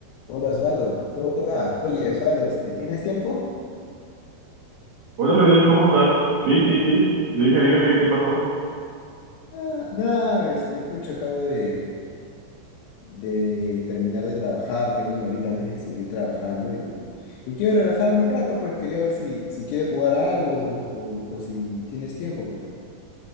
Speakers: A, on the left; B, on the right.
A: Hola Osvaldo, ¿cómo te va? Oye, Osvaldo, este, ¿tienes tiempo?
B: Hola Luis, ¿cómo estás? Sí, sí, sí. Dime, dime, dime, ¿qué pasó?
A: Ah, nada, este, pucha, acabo de, de terminar de trabajar, tengo una horita antes de seguir trabajando y, y quiero relajarme un rato, pues quería ver si, si quieres jugar a algo o, o si tienes tiempo, pues.